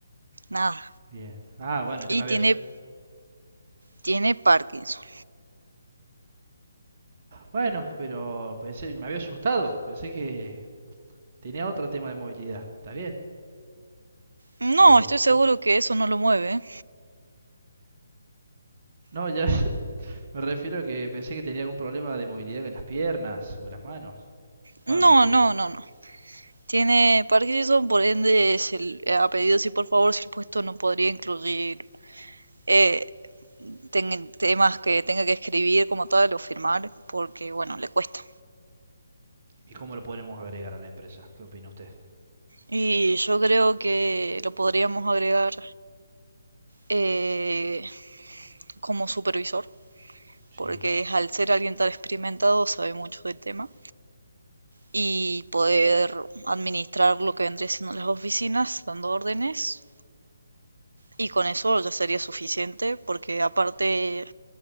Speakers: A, on the right (about 70°); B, on the right (about 40°).
A: nada,
B: Bien. Ah, bueno, yo
A: y
B: me había...
A: tiene, tiene Parkinson.
B: Bueno, pero pensé, me había asustado. Pensé que tenía otro tema de movilidad. Está bien,
A: No,
B: pero
A: estoy seguro
B: son...
A: que eso no lo mueve. ¿eh?
B: No, ya <laughs> me refiero a que pensé que tenía algún problema de movilidad en las piernas o en las manos. Bueno,
A: No,
B: me dijo
A: no,
B: que
A: no, no. Tiene Parkinson, por ende, es el, eh, ha pedido si por favor si el puesto no podría incluir eh, ten- temas que tenga que escribir como tal o firmar, porque bueno, le cuesta.
B: ¿Y cómo lo podremos agregar a la empresa? ¿Qué opina usted?
A: Y yo creo que lo podríamos agregar eh, como supervisor,
B: Sí,
A: porque es- al ser alguien tan experimentado sabe mucho del tema y poder administrar lo que vendría siendo las oficinas, dando órdenes. Y con eso ya sería suficiente, porque aparte